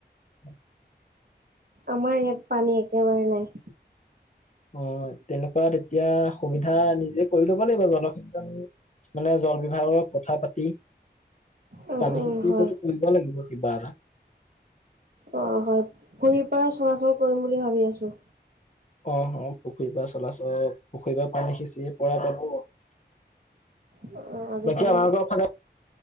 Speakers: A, on the left; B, on the right.
A: উম <inaudible>
B: আমাৰ ইয়াত পানী একেবাৰে নাই।
A: উম তেনেকুৱা তেতিয়া সুবিধা নিজে কৰি লব লাগিব জলসিঞ্চন মানে জল বিভাগৰ কথা পাতি
B: উম
A: পানী
B: উম
A: সিচি
B: হয়
A: হয়টো কৰিব লাগিব কিবা এটা
B: অ হয় পুখুৰীৰ পৰা চলাচল কৰিম বুলি ভাবি আছো
A: অহ অহ, পুখুৰীৰ পৰা চলাচল পুখুৰীৰ পৰা পানী সিঁচি পৰা যাব।
B: অ। আজিকালি
A: বাকী আমালোকৰ ফালে